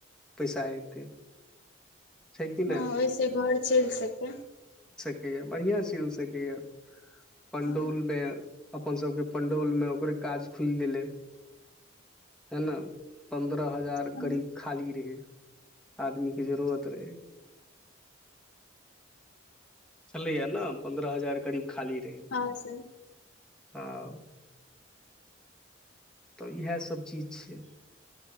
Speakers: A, in the centre; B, on the left.
A: पैसा एतै छै कि नहि
B: हँ ओहिस घर चलि सकै
A: य बढ़िआं चीज सके य पंडौल
B: हँ
A: मे अपन सबके पंडौल मे ओकरे काज खुल गेलै हैय न पंन्द्रह हजार
B: हँ
A: करीब खाली रहै आदमी की जरूरत रहै छलैया ने पन्द्रह हजार करीब खाली रहै
B: हँ सर
A: हँ तऽ इएहसभ चीज छै